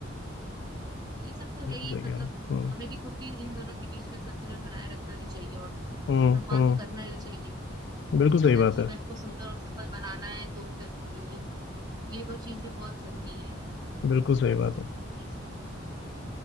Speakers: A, on the right; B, on the left.
A: ये सब तो
B: बिल्कुल
A: है ही
B: सही कह
A: मतलब
B: रहे हो हम्म
A: हमें भी खुद भी इन दोनों के बीच में संतुलन बनाए रखना भी चाहिए और
B: हम्म
A: सम्मान
B: हम्म
A: तो करना ही चाहिए
B: बिल्कुल सही
A: अगर
B: बात
A: जीवन
B: है
A: को सुंदर और सफल बनाना है तो फिर इन्हीं ये दो चीजें बहुत जरूरी हैं
B: बिल्कुल सही बात है
A: जी जी जी।